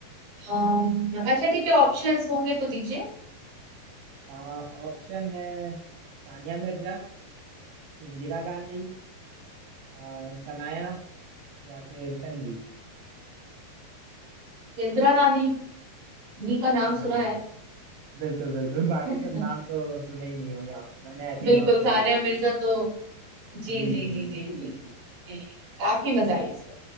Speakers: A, on the right; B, on the right.
A: अम, अच्छा ठीक है ऑप्शंस होंगे तो दीजिए
B: हाँ ऑप्शन है सानिया मिर्जा इंदिरा गांधी आ, सनाया या फिर तन्वी
A: इंदिरा गांधी इन्हीं का नाम
B: हाँ
A: सुना है
B: बिल्कुल बिल्कुल बाकी
A: <laughs>
B: सब नाम तो सुने ही नहीं होंगे आपने मैंने ऐसे
A: बिल्कुल
B: ही ऑप्शन
A: सानिया
B: दे दिए
A: मिर्जा तो जी
B: जी
A: जी
B: जी
A: जी
B: जी
A: जी जी
B: जी
A: जी, काफी मजा आई इसमें